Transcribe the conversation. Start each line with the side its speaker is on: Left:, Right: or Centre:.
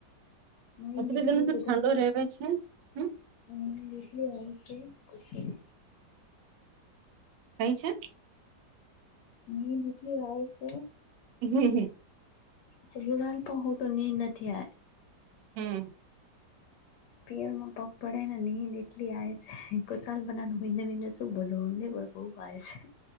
Left: નીંદ
Right: એત્રી
Left: એટલી
Right: દન ઠંડો
Left: બધારી
Right: રહે છે હ?
Left: છે <inaudible>
Right: કઈ છે?
Left: નનીદટલી હ છે
Right: હમ હ
Left: સ જોવાન પ હું તો નિની ન થાય
Right: હમ
Left: પેરમાં પગ પડે ને નીંદ એટલી આવે છે ઘસાલ બના તું બોલોને બહુ કાય છે